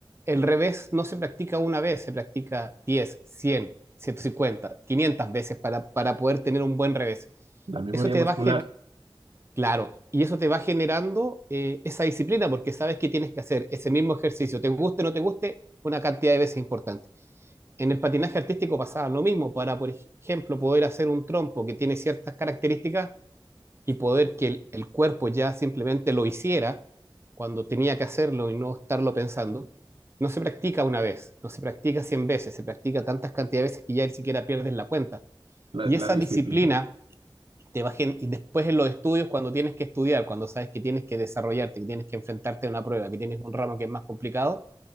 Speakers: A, on the right; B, on the right.
A: el revés no se practica una vez, se practica diez cien ciento cincuenta quinientas veces para, para poder tener un buen revés.
B: La memoria
A: Eso te
B: muscular,
A: va, Claro, y eso te va generando eh, esa disciplina porque sabes que tienes que hacer ese mismo ejercicio, te guste o no te guste, una cantidad de veces importante. En el patinaje artístico pasaba lo mismo, para, por ej- ejemplo, poder hacer un trompo que tiene ciertas características y poder que el, el cuerpo ya simplemente lo hiciera cuando tenía que hacerlo y no estarlo pensando, no se practica una vez, no se practica 100 veces, se practica tantas cantidades de veces que ya ni siquiera pierdes la cuenta.
B: la,
A: Y
B: la
A: esa
B: disciplina.
A: disciplina te vas gen- y después en los estudios, cuando tienes que estudiar, cuando sabes que tienes que desarrollarte, que tienes que enfrentarte a una prueba, que tienes un ramo que es más complicado,